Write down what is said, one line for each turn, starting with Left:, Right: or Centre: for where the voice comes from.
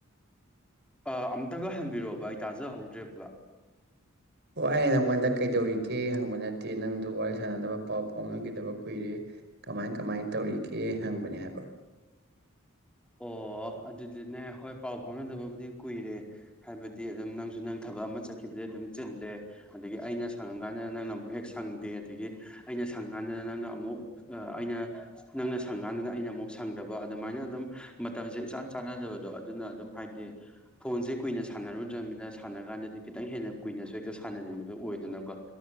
Centre: ꯑꯥ ꯑꯃꯨꯛꯇꯒ ꯍꯟꯕꯤꯔꯛꯑꯣꯕ ꯑꯩ ꯇꯥꯖꯍꯧꯗ꯭ꯔꯦꯕ
Right: ꯑꯣ ꯑꯩ ꯅꯪꯉꯣꯟꯗ ꯀꯩꯗꯧꯔꯤꯒꯦ ꯍꯪꯕ ꯅꯠꯇꯦ ꯅꯪꯗ ꯋꯥꯔꯤ ꯁꯥꯟꯅꯗꯕ ꯄꯥꯎ ꯐꯥꯎꯅꯈꯤꯗꯕ ꯀꯨꯏꯔꯦ ꯀꯃꯥꯏ ꯀꯃꯥꯏ ꯇꯧꯔꯤꯒꯦ ꯍꯪꯕꯅꯦ ꯍꯥꯏꯕ
Centre: ꯑꯣ ꯑꯗꯨꯗꯤꯅꯦ ꯍꯣꯏ ꯄꯥꯎ ꯐꯥꯎꯅꯗꯕꯕꯨꯗꯤ ꯀꯨꯏꯔꯦ ꯍꯥꯏꯕꯗꯤ ꯑꯗꯨꯝ ꯅꯪꯁꯨ ꯅꯪ ꯊꯕꯛ ꯑꯃ ꯆꯠꯈꯤꯕꯗꯤ ꯑꯗꯨꯝ ꯆꯤꯜꯂꯦ ꯑꯗꯒꯤ ꯑꯩꯅ ꯁꯪꯉꯀꯥꯟꯗ ꯅꯪꯅ ꯑꯃꯨꯛ ꯍꯦꯛ ꯁꯪꯗꯦ ꯑꯗꯒꯤ ꯑꯩꯅ ꯁꯪꯉꯀꯥꯟꯗ ꯅꯪꯅ ꯑꯃꯨꯛ ꯑꯥ ꯑꯩꯅ ꯅꯪꯅ ꯁꯪꯀꯥꯟꯗꯨꯗ ꯑꯩꯅ ꯑꯃꯨꯛ ꯁꯪꯗꯕ ꯑꯗꯨꯃꯥꯏꯅ ꯑꯗꯨꯝ ꯃꯇꯝꯁꯦ ꯏꯆꯥꯟ ꯆꯥꯟꯅꯗꯕꯗꯣ ꯑꯗꯨꯅ ꯑꯗꯨꯝ ꯍꯥꯏꯗꯤ ꯐꯣꯟꯁꯦ ꯀꯨꯏꯅ ꯁꯥꯟꯅꯔꯨꯗ꯭ꯔꯕꯅꯤꯅ ꯁꯥꯟꯅ ꯀꯥꯟꯗꯗꯤ ꯈꯤꯇꯪ ꯍꯦꯟꯅ ꯀꯨꯏꯅꯁꯨ ꯍꯦꯛꯇ ꯁꯥꯟꯅꯅꯤꯡꯕꯗꯣ ꯑꯣꯏꯗꯅꯀꯣ